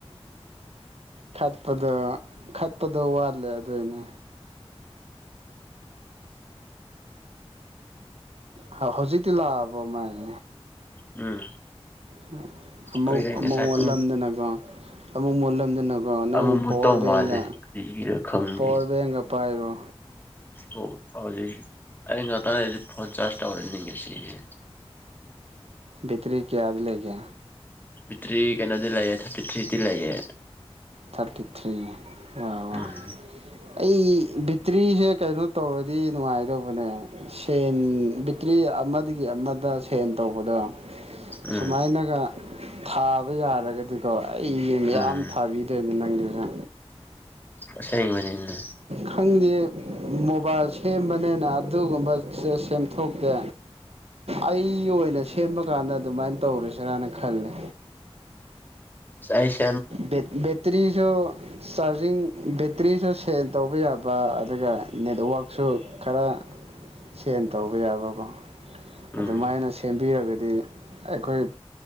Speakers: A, on the right; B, on the left.
A: ꯈꯠꯄꯗꯣ ꯈꯠꯄꯗꯣ ꯋꯥꯠꯂꯦ ꯑꯗꯨꯏꯅꯦ ꯍꯧ ꯍꯧꯖꯤ ꯇ ꯂꯥꯕ ꯃꯥꯏ
B: ꯎꯝ
A: ꯎꯝ ꯑꯃꯧ
B: ꯀꯨꯏꯔꯦ ꯉꯁꯥꯏ
A: ꯑꯃꯧ ꯑꯣꯜꯂꯝꯗꯅꯀꯣ
B: ꯄꯨꯡ
A: ꯑꯃꯨꯛ ꯃꯣꯜꯂꯝꯗꯅꯕ ꯑꯣ ꯅꯪ
B: ꯑꯃꯃꯨꯛ
A: ꯄꯋꯥꯔ
B: ꯇꯧ
A: ꯕꯦꯡꯒ
B: ꯃꯥꯜꯂꯦ ꯀꯔꯤꯒꯤꯔ ꯈꯪꯗꯦ
A: ꯄꯋꯥꯔ ꯕꯦꯡꯒ ꯄꯥꯏꯔꯣ
B: ꯑꯣ ꯍꯧꯖꯤꯛ ꯑꯩ ꯉꯥꯛꯇꯥꯡꯁꯤ ꯐꯣꯟ ꯆꯥꯔꯖ ꯇꯧꯔꯅꯤꯡꯉꯦ ꯁꯤꯁꯦ
A: ꯕꯤꯛꯇ꯭ꯔꯤ ꯀꯌꯥ ꯑꯗꯂꯦꯛꯒ
B: ꯐꯇ꯭ꯔꯤ ꯀꯩꯅꯗꯤ ꯂꯥꯏꯌꯦ ꯊꯥꯔꯇꯤ ꯊ꯭ꯔꯤꯗꯤ ꯂꯥꯏꯌꯦ
A: ꯊꯥꯔꯇꯤ ꯊ꯭ꯔꯤ ꯋꯥ ꯋꯥ
B: ꯎꯝ
A: ꯑꯩ ꯕꯤꯇ꯭ꯔꯤꯁꯦ ꯀꯩꯅꯣ ꯇꯧꯔꯗꯤ ꯅꯨꯡꯉꯥꯏꯗꯧꯕꯅꯦ ꯁꯦꯟ ꯕꯤꯇ꯭ꯔꯤ ꯑꯃꯗꯒꯤ ꯑꯃꯗ ꯁꯦꯟ ꯇꯧꯕꯗꯣ
B: ꯎꯝ
A: ꯁꯨꯃꯥꯏꯅꯒ ꯊꯥꯕ ꯌꯥꯔꯒꯗꯤꯀꯣ ꯑꯩꯖꯦ ꯌꯥꯝ
B: ꯎꯝ
A: ꯊꯥꯕꯤ ꯅꯪꯒꯤꯔ
B: ꯑꯁꯦꯡꯕꯅꯤꯅꯦ꯫
A: ꯈꯪꯗꯦ ꯃꯣꯕꯥꯏꯜ ꯁꯦꯝꯕꯅꯤꯅ ꯑꯗꯨꯒꯨꯝꯕ ꯁꯦꯝꯊꯣꯛꯇꯦ ꯑꯩꯒꯤ ꯑꯣꯏꯅ ꯁꯦꯝꯕ ꯀꯥꯟꯗ ꯑꯗꯨꯃꯥꯏꯅ ꯇꯧꯔꯖꯤꯔꯥꯅ ꯈꯜꯂꯤ꯫
B: ꯑꯩꯥꯏꯁ
A: ꯕꯦ ꯕꯦꯇꯔꯤꯁꯨ ꯆꯥꯖꯤꯡ ꯕꯦ ꯕꯦꯠꯇ꯭ꯔꯤꯖꯨ ꯁꯦꯟ ꯇꯧꯕ ꯌꯥꯕ ꯑꯗꯨꯒ ꯅꯦꯠꯋꯥꯛꯁꯨ ꯈꯔ ꯁꯦꯟ ꯇꯧꯕ ꯌꯥꯕꯀꯣ꯫
B: ꯎꯝ
A: ꯑꯗꯨꯃꯥꯏꯅ ꯁꯤ ꯁꯦꯝꯕꯤꯔꯒꯗꯤ ꯑꯩꯈꯣꯏ